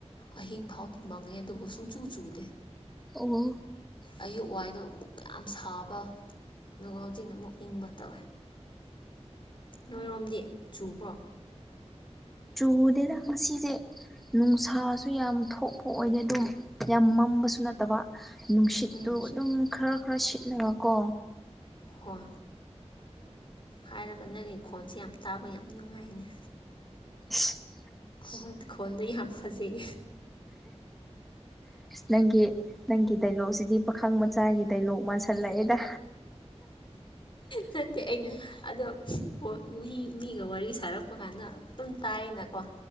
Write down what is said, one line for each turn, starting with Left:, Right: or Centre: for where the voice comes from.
Left: ꯑꯍꯤꯡ ꯍꯥꯎꯗꯤ ꯃꯪꯉꯦ ꯑꯗꯨꯕꯨ ꯁꯨꯡꯆꯨ ꯆꯨꯗꯦ
Centre: ꯑꯣ
Left: ꯑꯩꯒꯤ ꯋꯥꯏꯗꯣ ꯑꯃꯨꯛ ꯌꯥꯝ ꯁꯥꯕ ꯑꯗꯨꯒ ꯍꯧꯖꯤꯛꯅ ꯑꯃꯨꯛ ꯏꯪꯕ ꯇꯧꯋꯦ ꯅꯣꯏꯔꯣꯝꯗꯤ ꯆꯨꯕ꯭ꯔꯣ
Centre: ꯆꯨꯗꯦꯅ ꯉꯁꯤꯁꯦ ꯅꯨꯡꯁꯥ ꯁꯨ ꯌꯥꯝ ꯊꯣꯛꯄ ꯑꯣꯏꯗꯦ ꯑꯗꯨꯝ ꯌꯥꯝ ꯃꯝꯕꯁꯨ ꯅꯠꯇꯕ ꯅꯨꯡꯁꯤꯠꯇꯨ
Left: ꯎꯝ
Centre: ꯑꯗꯨꯝ ꯈꯔ ꯈꯔ ꯁꯤꯠꯂꯒ ꯀꯣ
Left: ꯍꯣꯏ ꯍꯥꯏꯔꯒ ꯅꯪꯒꯤ ꯈꯣꯟꯁꯦ ꯌꯥꯝ ꯇꯥꯕ ꯌꯥꯝ ꯅꯨꯡꯉꯥꯏꯅꯦ
Centre: ꯑꯁ
Left: ꯈꯣꯟ ꯈꯣꯟꯗ ꯌꯥꯝ ꯐꯖꯩꯌꯦ
Centre: ꯅꯪꯦ ꯅꯪꯤ ꯗꯥꯏꯂꯣꯛꯁꯤꯗꯤ ꯄꯥꯈꯪ ꯃꯆꯥꯒꯤ ꯗꯥꯏꯂꯣꯛ ꯃꯥꯟꯁꯜꯂꯛꯑꯦꯗ
Left: ꯅꯠꯇꯦ ꯑꯩꯅ ꯑꯗꯣ ꯃꯤ ꯃꯤꯒ ꯋꯥꯔꯤ ꯁꯥꯔꯛꯄ ꯀꯥꯟꯗ ꯑꯗꯨꯝ ꯇꯥꯏꯅꯀꯣ